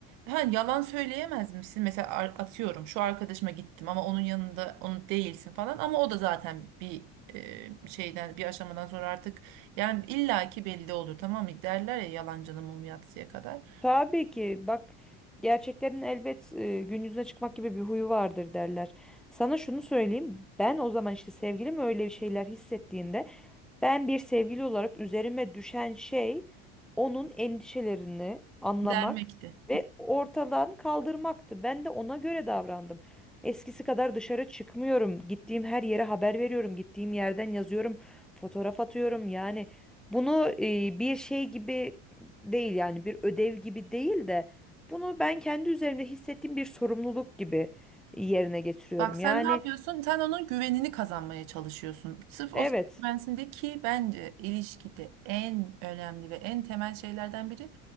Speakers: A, on the right (about 65°); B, in the centre.
A: Ha, yalan söyleyemez misin? Mesela ar- atıyorum şu arkadaşıma gittim ama onun yanında onu değilsin falan ama o da zaten bir e, şeyden bir aşamadan sonra artık yani illaki belli olur tamam mı? Derler ya yalancının mumu yatsıya kadar.
B: Tabii ki bak gerçeklerin elbet e, gün yüzüne çıkmak gibi bir huyu vardır derler. Sana şunu söyleyeyim ben o zaman işte sevgilim öyle bir şeyler hissettiğinde ben bir sevgili olarak üzerime düşen şey onun endişelerini anlamak
A: Dermekti.
B: ve ortadan kaldırmaktı. Ben de ona göre davrandım. Eskisi kadar dışarı çıkmıyorum. Gittiğim her yere haber veriyorum. Gittiğim yerden yazıyorum. Fotoğraf atıyorum. Yani bunu e, bir şey gibi değil yani bir ödev gibi değil de bunu ben kendi üzerimde hissettiğim bir sorumluluk gibi yerine getiriyorum.
A: Bak sen
B: Yani
A: ne yapıyorsun? Sen onun güvenini kazanmaya çalışıyorsun. Sırf o
B: evet.
A: sana güvensin de ki bence ilişkide en önemli ve en temel şeylerden biri